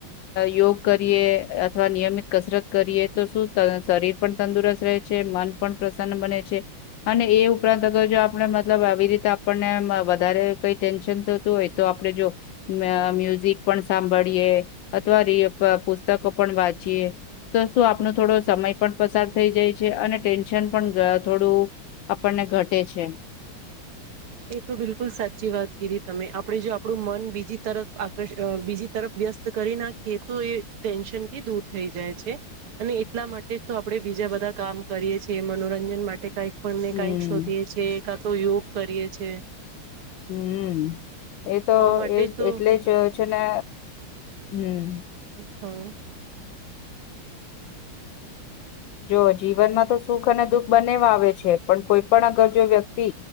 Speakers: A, on the left; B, on the right.
A: યોગ કરીએ અથવા નિયમિત કસરત કરીએ તો શું શરીર પણ તંદુરસ્ત રહે છે મન પણ પ્રસન્ન બને છે. અને એ ઉપરાંત અગર જો આપણે મતલબ આવી રીતે આપણને વધ કઈ ટેન્શન તો હોય તો આપણે જો મ્યુઝિક પણ સાંભળીએ અથવા ર પુસ્તકો પણ વાંચીએ તો શું આપણો થોડો સમય પણ પસાર થઈ જાય છે અને ટેન્શન પણ થોડું આપણને ઘટે છે.
B: એ તો બિલકુલ સાચી વાત કીધી તમે આપડે જો આપણું મન બીજી તરફ આકર્ષ બીજી તરફ વસ્ કરી નાખીએ તો એ ટેન્શનથી દૂર થઈ જાય છે અને એટલા માટે તો આપણે બીજા બધા કામ કરીએ છીએ મનોરંજન માટે કઈક આપને
A: હમ્મ,
B: કઈક શોધીએ છ છે કા તો યોગ કરીએ છે.
A: હમ એ તો
B: માટે
A: એજ
B: તો
A: એટલે જ છે ને હમ.
B: હમ.
A: જો જીવનમાં તો સુખ અને દુઃખ બનેવા આવે છે પણ કોઈ પણ અગર જો વ્યક્તિ